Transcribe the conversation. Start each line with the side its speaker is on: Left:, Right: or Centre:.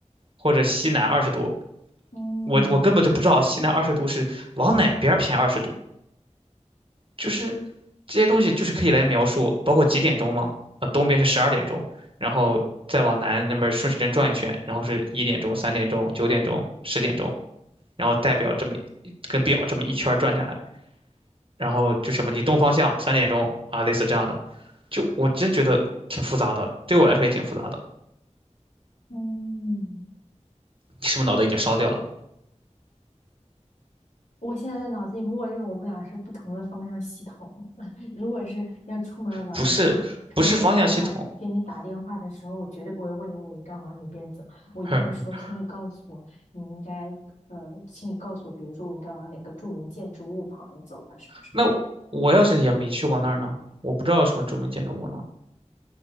Right: 或者西南二十度，
Left: 嗯
Right: 我我根本就不知道西南二十度是往哪边偏二十度，就是这些东西就是可以来描述，包括几点钟嘛，呃，东边是十二点钟，然后再往南那边顺时针转一圈，然后是一点钟、三点钟、九点钟、十点钟。然后代表这么一跟表这么一圈儿转下来，然后就什么你东方向三点钟啊，类似这样的，就我真觉得挺复杂的，对我来说也挺复杂的。
Left: 嗯。
Right: 你是不是脑袋已经烧掉了？
Left: 我现在在脑子里默认我们俩是不同的方向系统。<laughs> 如果是要出门玩儿的话，
Right: 不是，
Left: 出门玩儿的话，
Right: 不是方向系统。
Left: 给你打电话的时候，我绝对不会问你我应该往哪边走，我一定会说，
Right: <laughs>
Left: 请你告诉我，你应该呃，请你告诉我，比如说我应该往哪个著名建筑物旁走啊，什么什么什么。
Right: 那我要是也没去过那儿呢？我不知道有什么著名建筑物呢。